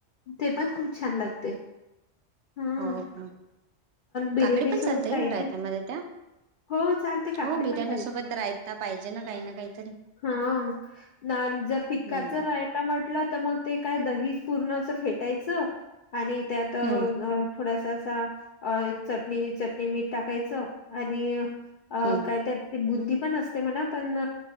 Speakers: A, on the left; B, on the right.
A: ते पण खूप छान लागतंय, हम
B: हो का
A: बिर्याणी
B: काकडी पण
A: सोबत
B: चालते
A: पाहिजे.
B: रायतामध्ये त्या
A: हो चालते काकडी
B: हो बिर्याणी
A: पण चालते.
B: सोबत रायता पाहिजे ना काही ना काहीतरी.
A: हा, रा जर फिक्काचं
B: हम्म
A: जर रायता म्हटलं तर मगं ते काय दही ही पूर्ण असं फेटायचं, आणि त्यात अ
B: हम्म
A: थोडासा असा चटणी चटणी मीठ टाकायचं आणि
B: हम्म
A: काय त्यात ते बुंदी पण असते म्हणा पण